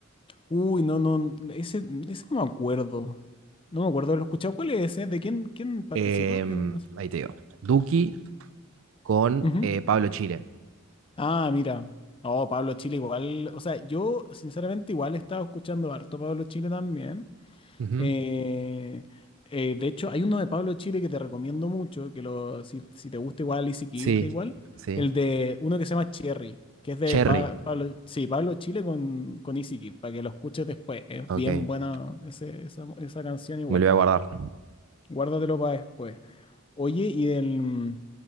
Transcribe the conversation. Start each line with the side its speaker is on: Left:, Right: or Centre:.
Left: Uy, no, no, ese, ese no me acuerdo. No me acuerdo, lo he escuchado. ¿Cuál es ese? ¿De quién, quién participa
Right: Em,
Left: en
Right: ahí te digo. Duki con
Left: eso?
Right: eh, Pablo Chile.
Left: Ah, mira. Oh, Pablo Chile igual. O sea, yo sinceramente igual he estado escuchando harto Pablo Chile también.
Right: Ujú.
Left: Eh, eh, de hecho, hay uno de Pablo Chile que te recomiendo mucho, que lo, si, si te gusta igual y si quieres
Right: Sí,
Left: igual,
Right: sí.
Left: el de uno que se llama Cherry, que es de
Right: Cherry.
Left: Pa- Pablo, sí, Pablo Chile con, con Easy Kid, para que lo escuches después. Es
Right: Ok,
Left: bien
Right: me
Left: buena ese- esa, esa canción igual.
Right: lo voy a guardar.
Left: Guárdatelo para después. Oye, y del,